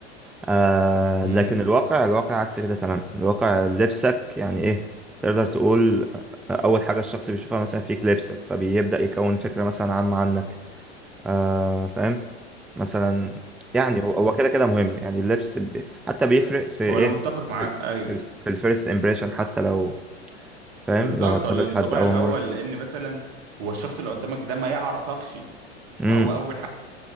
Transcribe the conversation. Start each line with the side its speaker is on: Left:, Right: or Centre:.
Centre: آه
Right: امم
Centre: لكن الواقع الواقع عكس كده تماما الواقع لبسك يعني ايه تقدر تقول اول حاجة الشخص بيشوفها مثلا فيك لبسك فبيبدأ يكون فكرة مثلا عامة عنك آه فاهم مثلا يعني هو هو كده كده مهم يعني اللبس ب... حتى بيفرق في ايه
Right: هو انا متفق معاك
Centre: في
Right: ايوه
Centre: ال- في الفيرست امبريشن حتى لو فاهم
Right: بالظبط
Centre: لو هتقابل
Right: ولا الانطباع
Centre: حد اول
Right: الاول
Centre: مرة
Right: لان مثلا هو الشخص اللي قدامك ده ما يعرفكش
Centre: امم
Right: فهو اول